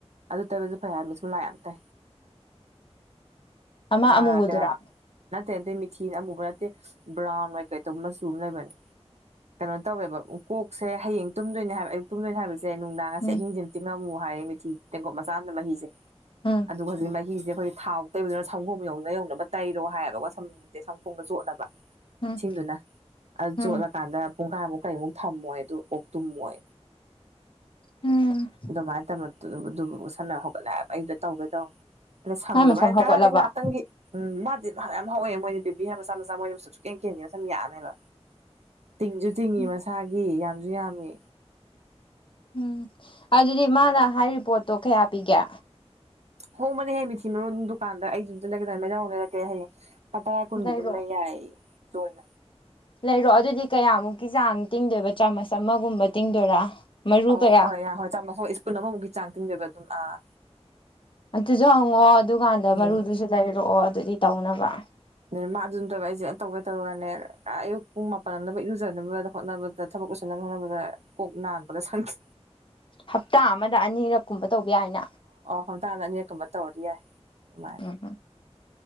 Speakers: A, on the right; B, on the left.
A: ꯑꯗꯨ ꯇꯕꯁꯨ ꯐꯩ ꯍꯥꯏ ꯃꯤ <unintelligible>
B: ꯑꯃ
A: ꯑꯥ
B: ꯑꯃꯨꯕꯗꯨꯔꯥ
A: ꯗ ꯅꯠꯇꯦ ꯅꯠꯇꯇꯩ ꯃꯤꯊꯤꯟ ꯑꯃꯨꯕ ꯅꯠꯇꯦ ꯕ꯭ꯔꯥꯎꯟ ꯀꯩ ꯇꯧꯕ ꯃꯆꯨ ꯑꯃ ꯂꯩꯕꯅꯦ ꯀꯩꯅꯣ ꯇꯧꯋꯦꯕ ꯀꯣꯛꯁꯦ ꯍꯌꯦꯡ ꯇꯨꯝꯗꯣꯏꯅꯦ ꯍꯥꯏꯕ ꯑꯌꯨꯛ ꯇꯨꯝꯗꯣꯏꯅꯦ ꯍꯥꯏꯕꯁꯦ ꯅꯨꯡꯗꯥꯡꯁꯦ
B: ꯎꯝ
A: ꯑꯍꯤꯡꯁꯦ ꯉꯝꯃꯨ ꯍꯥꯏꯔꯦ ꯃꯤꯊꯤ ꯇꯦꯡꯀꯣꯠ ꯃꯆꯥ ꯑꯃꯅ ꯃꯍꯤꯁꯦ
B: ꯎꯝ
A: ꯑꯗꯨꯒ ꯍꯧꯖꯤꯛ ꯃꯍꯤꯁꯦ ꯑꯩꯈꯣꯏꯒꯤ ꯊꯥꯎ ꯇꯩꯕꯗꯨꯅ ꯁꯪꯒꯣꯝ ꯌꯧꯅ ꯌꯧꯅꯕ ꯇꯩꯔꯣ ꯍꯥꯏꯌꯦꯕꯀꯣ ꯁꯝꯁꯦ ꯁꯪꯒꯣꯝꯗ ꯆꯣꯠꯅꯕ
B: ꯎꯝ
A: ꯏꯁꯤꯡꯗꯨꯅ ꯑꯗꯨ
B: ꯎꯝ
A: ꯆꯣꯠꯂꯀꯥꯟꯗ ꯄꯨꯡꯒꯥꯃꯨꯛ ꯀꯔꯤꯃꯨꯛ ꯊꯝꯃꯣꯏ ꯑꯗꯨ ꯑꯣꯛꯇꯨꯨꯝꯃꯣꯏ
B: ꯎꯝ
A: ꯑꯗꯨꯃꯥꯏꯅ ꯇꯧꯅ ꯑꯗꯨꯕꯨ ꯁꯥꯟꯅꯕ ꯍꯧꯒꯠꯂꯛꯑꯦꯕ ꯑꯩꯗ ꯇꯧꯒꯦ ꯇꯧꯅꯤ ꯑꯗ ꯁꯪꯗꯕ
B: ꯃꯥꯏ ꯃꯁꯝ
A: ꯍꯥꯏ
B: ꯍꯧꯒꯠꯂꯕ
A: ꯀꯔꯗꯤ ꯉꯥꯛꯇꯪꯒꯤ ꯎꯝ ꯃꯥꯗꯤ ꯌꯥꯝ ꯍꯧꯋꯦ ꯃꯣꯏꯅ ꯇꯦꯕꯤ ꯍꯥꯏ ꯃꯆꯥ ꯃꯆꯥ ꯃꯣꯏꯅ ꯁꯁꯨꯛ ꯀꯩ ꯀꯦꯟꯗꯦꯅ ꯁꯨꯝ ꯌꯥꯅꯦꯕ ꯇꯤꯡꯁꯨ ꯇꯤꯡꯏ
B: ꯎꯝ
A: ꯃꯁꯥꯒꯤ ꯌꯥꯝꯁꯨ ꯌꯥꯝꯃꯤ
B: ꯎꯝ ꯑꯗꯨꯗꯤ ꯃꯥꯅ ꯍꯥꯏꯔꯤꯕ ꯄꯣꯠꯇꯣ ꯀꯌꯥ ꯄꯤꯒꯦ
A: ꯍꯣꯡꯃꯅꯦ ꯍꯥꯏ ꯃꯤ ꯊꯤꯕꯣꯟ ꯗꯨꯀꯥꯟꯗ ꯑꯩ ꯌꯝꯗ ꯂꯩꯒꯦꯗꯥꯏ ꯃꯖꯥꯎ ꯂꯩꯔꯛꯀꯦ ꯍꯥꯏꯌꯦꯡ ꯇꯔꯥ ꯀꯨꯟꯒꯤ
B: ꯂꯩꯔꯣ
A: ꯑꯗꯨꯝ ꯂꯩ ꯌꯥꯏ ꯁꯣꯏꯅ
B: ꯂꯩꯔꯣ ꯑꯗꯨꯗꯤ ꯀꯌꯥꯃꯨꯛꯀꯤ ꯆꯥꯡ ꯇꯤꯡꯗꯣꯏꯕ ꯆꯥꯃꯁ ꯑꯃꯒꯨꯝꯕ ꯇꯤꯡꯗꯣꯏꯔꯥ ꯃꯔꯨ
A: ꯑꯧ
B: ꯀꯌꯥ
A: ꯍꯣꯏ ꯌꯥꯏ ꯍꯣꯏ ꯆꯥꯝꯃꯊ ꯏꯁꯄꯨꯟ ꯑꯃꯃꯨꯛꯀꯤ ꯆꯥꯡ ꯇꯤꯡꯗꯣꯏꯕ ꯑꯗꯨꯝ ꯑꯥ
B: ꯑꯗꯨꯁꯨ ꯍꯪꯉꯑꯣ ꯑꯗꯨꯀꯥꯟꯗ
A: ꯎꯝ
B: ꯃꯔꯨꯗꯨꯁꯨ ꯂꯩꯔꯛꯑꯣ ꯑꯗꯨꯗꯤ ꯇꯧꯅꯕ
A: ꯑꯗꯨ ꯃꯥ ꯑꯗꯨꯝ ꯇꯧꯔ ꯑꯩꯁꯦ ꯑ ꯇꯧꯒꯦ ꯇꯧꯔꯨꯔꯅꯦ ꯑꯌꯨꯛ ꯄꯨꯡ ꯃꯥꯄꯜ ꯑꯃꯗ ꯏꯔꯨꯖꯅꯕꯗ ꯍꯣꯠꯅꯕꯗ ꯊꯕꯛ ꯎꯁꯤꯟꯅ ꯍꯅꯕꯗ ꯀꯣꯛ ꯅꯥꯟꯕꯒ ꯁꯪꯈꯤ
B: ꯍꯞꯇꯥ ꯑꯃꯗ ꯑꯅꯤꯔꯛ ꯀꯨꯝꯕ ꯇꯧꯕ ꯌꯥꯏꯅ
A: ꯈꯝꯇꯥꯥꯡꯗ ꯑꯅꯤꯔꯥꯛꯀꯨꯝꯕ ꯇꯧꯔꯤ ꯌꯥꯏ ꯑꯗꯨꯃꯥꯏ
B: <unintelligible>